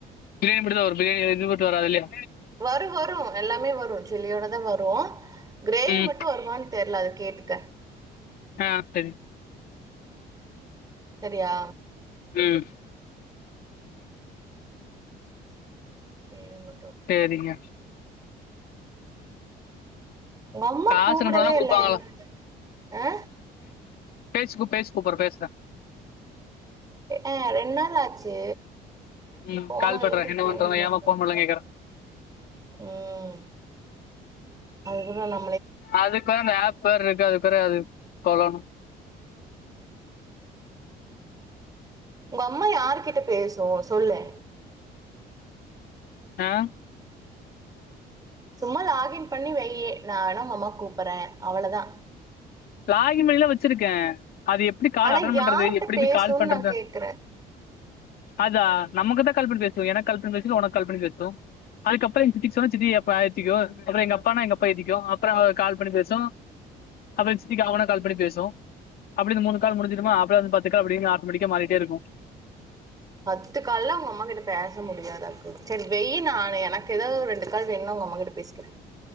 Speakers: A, on the left (about 65°); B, on the right (about 20°).
A: பிரியாணி மட்டும்தா வரும் பிரியாணி <unintelligible> வராது இல்லீயா
B: வரும் வரும். எல்லாமே வரும். சில்லியோட தா வரு கிரேவி
A: ம்.
B: மட்டு வருமான் தெர்ல அது கேட்டுக்க
A: ஆ செரி
B: செரியா
A: ம்
B: வேறன்ன
A: சேரிங்க
B: உங்கம்மா
A: காசு
B: கூப்டவே
A: அனுப்புனா தான் குடுப்பாங்களா?
B: இல்ல என்னாச்சு அ
A: பேஸ்பு பேஸ்பு கூப் அப் பேசுறே
B: அ அ ரெண் நாள் ஆச்சு
A: ம்.
B: போனதுல
A: கால் பண்றேன்.
B: இருந்து
A: என்ன
B: ஃபோன்
A: பண்றாங்க?
B: பேசல
A: ஏம்மா ஃபோன் பண்ணலன்னு கேட்கறேன்.
B: ம் அதுவேனா
A: அதுக்கு வேற அந்த ஆப் வேற இருக்கு அதுக்கு வேற அது சொல்லணு
B: உங்க அம்மா யாரு கிட்ட பேசு சொல்லே
A: அ
B: சும்மா லாகின் பண்ணி வையி நா வேணா உங்க அம்மா கூப்றே அவ்ளோதா
A: லாகின் பண்ணில்லா வச்சிருக்கே அது எப்டி கால்
B: ஆனா
A: அட்டன் பண்றது
B: யார்ட்ட
A: எப்டி
B: பேசுன்னு
A: போய் கால் பண்றது
B: நா கேக்குறே
A: அதா நமக்குதா கால் பண்ணி பேசு எனக்கு கால் பண்ணி பேசு இல்ல உனக்கு கால் பண்ணி பேசு அதுக்கப்பறோ எங்க சித்திக்கு சொன்னா சித்தியே பாசிக்கு அப்பறோ எங்க அப்பானா எங்கப்பா ஏத்திக்கு அப்பறோ கால் பண்ணி பேசு பிரித்திகா ஒனக்கு கால் பண்ணி பேசு அப்டி இந்த மூனு கால் முடிஞ்சிருமா அப்போ அந்த பத்து கால் அப்டியே ஆட்டமேட்டிக்கா மாறிட்டே இருக்கு
B: பத்து கால்ல உங்க அம்மா கிட்ட பேச முடியாதாக்கு சேரி வெய் நா எனக்கு ஏதாவ்து ரெண்டு கால் வேணுனா உங்க அம்மா கிட்ட பேசிக்கிறே